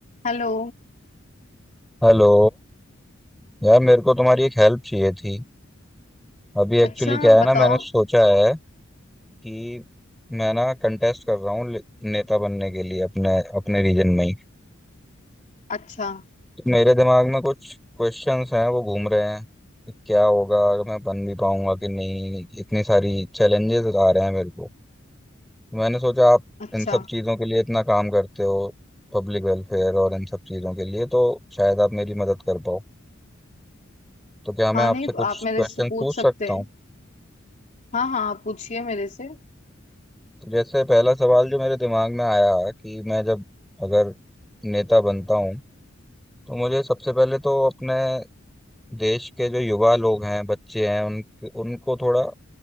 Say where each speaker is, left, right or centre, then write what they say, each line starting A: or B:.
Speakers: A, on the left; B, in the centre.
A: हेलो
B: Hello यार मेरे को तुम्हारी एक हेल्प चाहिए थी अभी एक्चुअली
A: अच्छा
B: क्या है
A: बताओ
B: ना मैंने सोचा है कि मैं ना कंटेस्ट कर रहा हूँ ले- नेता बनने के लिए अपने अपने रीजन में ही
A: अच्छा
B: तो मेरे दिमाग में कुछ क्वेश्चंस हैं वो घूम रहे हैं कि क्या होगा अगर मैं बन भी पाऊंगा कि नहीं इतनी सारी चैलेंजेस आ रहे हैं मेरे को तो मैंने सोचा आप
A: अच्छा
B: इन सब चीज़ों के लिए इतना काम करते हो पब्लिक वेलफेयर और इन सब चीज़ों के लिए तो शायद आप मेरी मदद कर पाओ तो क्या मैं
A: हाँ
B: आपसे
A: नहीं
B: कुछ
A: आप मेरे
B: क्वेश्चन
A: से पूछ
B: पूछ
A: सकते
B: सकता
A: हैं
B: हूँ
A: हाँ हाँ आप पूछिए मेरे से
B: जैसे पहला सवाल जो मेरे दिमाग में आया कि मैं जब अगर नेता बनता हूँ तो मुझे सबसे पहले तो अपने देश के जो युवा लोग हैं बच्चे हैं उन उनको थोड़ा